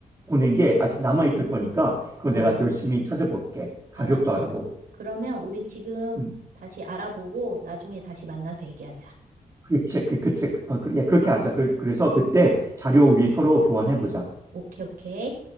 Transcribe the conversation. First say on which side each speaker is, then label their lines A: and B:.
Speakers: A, on the right; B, on the right.
A: 보낸 게 아직 남아 있을 거니까 그거
B: 어,
A: 내가 열심히 찾아볼게
B: 알았어.
A: 가격도 알아보고
B: 그러면 우리 지금
A: 음,
B: 다시 알아보고 나중에 다시 만나서 얘기하자.
A: 그책 그 그책 어, 그, 예, 그렇게 하자 그, 그래서 그때 자료 우리 서로 교환해 보자.
B: 오케이, 오케이.